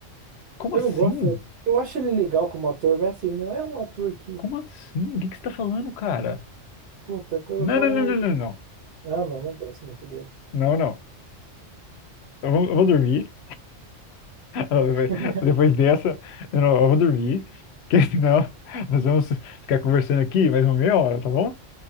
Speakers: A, on the left; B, on the right.
A: Como
B: Eu
A: assim?
B: não gosto. Eu acho ele legal como ator, mas assim, não é um ator que.
A: Como assim? O que que você tá falando, cara?
B: Puta, eu
A: Não,
B: quero.
A: não, não, não, não, não.
B: Ah, não, não gosto muito dele.
A: Não, não. Eu vou, eu vou dormir. Depois
B: <laughs>
A: depois dessa, eu, não, eu vou dormir, <laughs> porque senão nós vamos ficar conversando aqui mais uma meia hora, tá bom?